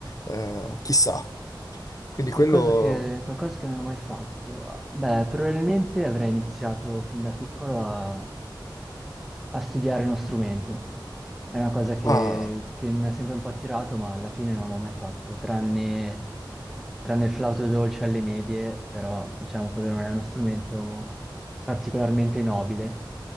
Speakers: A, on the left (about 45°); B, in the centre.
A: eh, chissà. Quindi
B: qualcosa
A: quello...
B: che, qualcosa che non ho mai fatto. Beh, probabilmente avrei iniziato fin da piccolo a, a studiare uno strumento. È una cosa che,
A: Ah.
B: che mi ha sempre un po' attirato, ma alla fine non l'ho mai fatto, tranne, tranne il flauto dolce alle medie, però diciamo quello non è uno strumento particolarmente nobile.